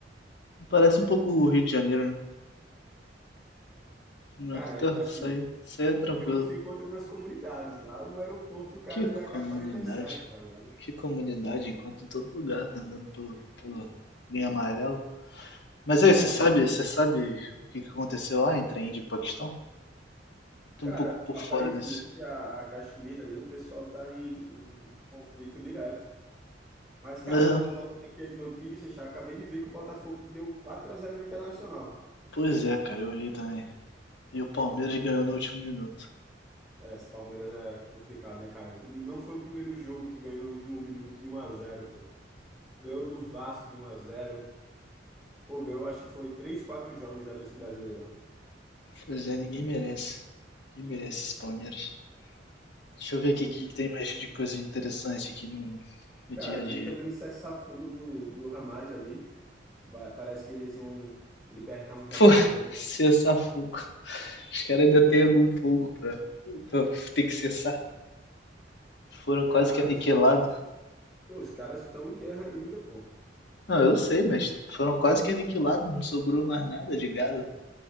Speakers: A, on the left; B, in the centre.
A: Parece um pouco o Rio de Janeiro, né? Nossa,
B: Cara,
A: tá,
B: assim.
A: isso aí, isso aí é tranquilo.
B: No Rio você encontra nas comunidades, lá no aeroporto o cara
A: Que
B: de AK-47,
A: comunidade.
B: tá ligado?
A: Que comunidade enquanto em todo lugar, né? andando pelo, pela linha amarela. Mas aí,
B: É,
A: você sabe,
B: não.
A: você sabe o que que aconteceu lá entre a Índia e o Paquistão? Eu tô
B: Cara,
A: um pouco por
B: aparentemente
A: fora desse.
B: a, a Caxemira ali, o pessoal tá em, em conflito direto. Mas, cara,
A: Mas,
B: eu
A: ah,
B: tô rolando aqui as notícias, tá? Acabei de ver que o Botafogo deu quatro a zero no Internacional.
A: pois é, cara, eu vi também. E o Palmeiras ganhou no último minuto.
B: É, esse Palmeiras é complicado, né, cara? E não foi o primeiro jogo que ganhou no último minuto de um a zero pô. Ganhou do Vasco de um a zero Pô, ganhou, acho que foi 3 4 jogos já nesse Brasileirão.
A: Pois é, ninguém merece. Ninguém merece esse Palmeiras. Deixa eu ver
B: E
A: aqui o que que tem mais de coisa interessante aqui no, no
B: Cara,
A: dia a
B: vi
A: dia.
B: também cessar-fogo do, do Hamas ali. Vai- Parece que eles vão libertar um refém
A: Pô, <laughs>
B: americano.
A: Cessar fogo. Os caras ainda têm algum fogo pra, pra ter que cessar. Foram quase
B: Ah,
A: que aniquilados.
B: os caras, pô, os caras estão em guerra ainda, pô.
A: Não, eu sei, mas foram quase que aniquilados. Não sobrou mais nada de Gaza.